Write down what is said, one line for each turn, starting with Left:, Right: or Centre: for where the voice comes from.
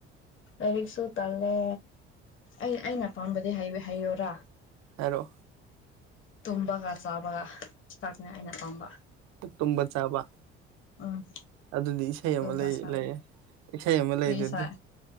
Left: ꯂꯥꯏꯔꯤꯛꯁꯨ ꯇꯜꯂꯦ ꯑꯩ ꯑꯩꯅ ꯑꯄꯥꯝꯕꯗꯤ ꯍꯥꯏꯌꯔꯥ
Right: ꯍꯥꯏꯔꯣ
Left: ꯇꯨꯝꯕꯒ ꯆꯥꯕꯒ ꯆꯥꯛꯄꯅꯦ ꯑꯩꯅ ꯄꯥꯝꯕ
Right: ꯇꯨꯝꯕ ꯆꯥꯕ꯫
Left: ꯎꯝ꯫
Right: ꯑꯗꯨꯗꯤ ꯏꯁꯩ
Left: ꯇꯨꯝꯕ
Right: ꯑꯃ ꯂꯩꯌꯦ
Left: ꯆꯥꯕ
Right: ꯂꯩꯌꯦ ꯏꯁꯩ ꯑꯃ ꯂꯩ
Left: ꯀꯔꯤ
Right: ꯑꯗꯨꯗꯤ꯫
Left: ꯁꯥꯏ